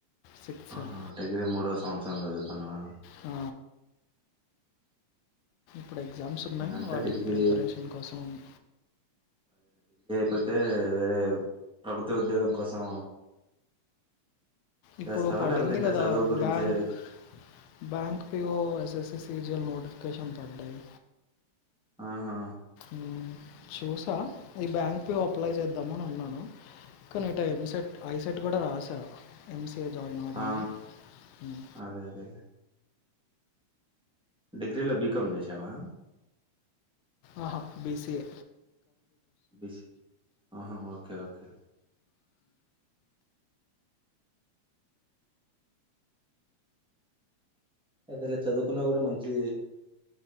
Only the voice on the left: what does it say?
sixth sem
ఆ ఇప్పుడు ఎగ్జామ్స్ ఉన్నాయి
వాటికి
ప్రిపరేషన్ కోసం ఉన్న
ఇప్పుడు
పడింది
కదా
bank bank PO S S C physical notification పడ్డాయి
ఉమ్, చూసా ఈ బ్యాంక్ లో అప్లై చేద్దాం అని ఉన్నాను కానీ ఇట ఎంసెట్ ఐసెట్ కూడా రాసారు ఎం సీ ఏ జాయిన్ అవుదామని
ఉమ్.
ఆహా బీసిఏ